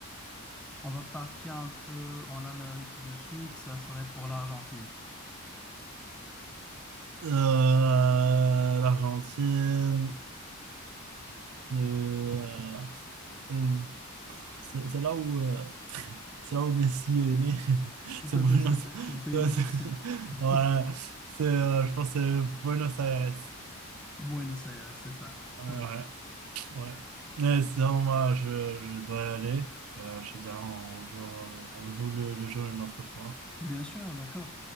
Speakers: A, in the centre; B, on the right.
A: on va partir un peu en Amérique du Sud. Ça serait pour l'Argentine.
B: Euh, l'Argentine, euh, euh, c'est c'est là où, euh, c'est là où Messi est né. <laughs>
A: Tout
B: C'est Buenos
A: à fait, c'est c'est
B: <laughs>
A: le pays
B: c'est-
A: du
B: c'est-
A: Mexique. <laughs>
B: Ouais, c'est, euh, je pense que c'est Buenos Aires.
A: Buenos Aires, c'est ça.
B: Ouais, ouais,
A: Oui.
B: ouais. Mais sinon, moi, je, je dois y aller. Euh, je te dirais, on joue, on joue le, le jeu une autre fois.
A: Bien sûr, d'accord.